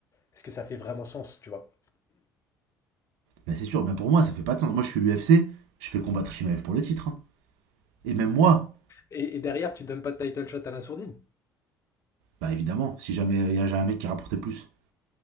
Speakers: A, on the left; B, on the right.
A: est-ce que ça fait vraiment sens, tu vois?
B: Ben, c'est sûr, ben, pour moi, ça fait pas de sens. Moi, je suis l'UFC, je fais combattre Shimaev pour le titre. hein. Et même moi,
A: Et, et derrière, tu donnes pas de title shot à la sourdine.
B: bah ben, évidemment, si jamais euh, il y a un mec qui rapporte plus.